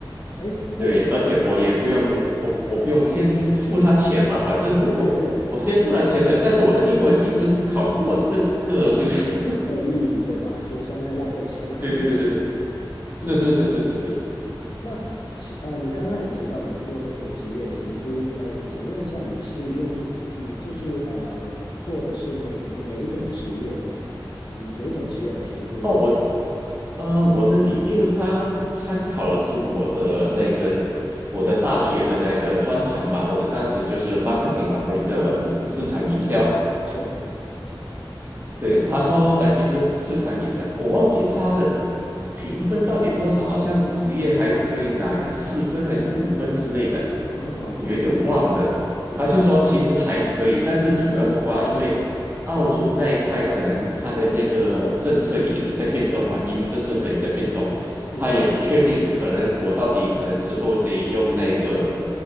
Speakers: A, on the left; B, on the right.
A: 哎，那你
B: 对，而且我也不用，我我不用先付他钱嘛，反正如果我先付了钱的，
A: 对对对，
B: 但是我的英文一直考不过，这个就是，
A: 没有意义，对吧？就相当于浪费钱了。
B: <laughs> 对对对对对，是是是是是是，
A: 嗯，那其呃，你刚刚也提到你做那个职业评估，哎，想问一下，你是用你就是呃做的是哪哪一种职业的呀？
B: 嗯，
A: 哪种职业的评估呢？
B: 哦，我呃我的领，因为他参考的是我的那个我的大学的那个专长嘛，我的当时就是 marketing 嘛，那个市场营销，
A: 嗯嗯嗯，是
B: 对，他说，呃，其实市场影响，我忘记他的评分到底多少，好像职业还可以拿一个四分还是五分之类的，
A: 哦，
B: 有一点忘了。
A: 明白，
B: 他就说其实还可以，但是主要的话，因为澳洲那一块可能他的那个政策也一直在变动嘛，移民政策可能在变动，
A: 对是的，
B: 他也不确定，可能我到底可能之后得用那个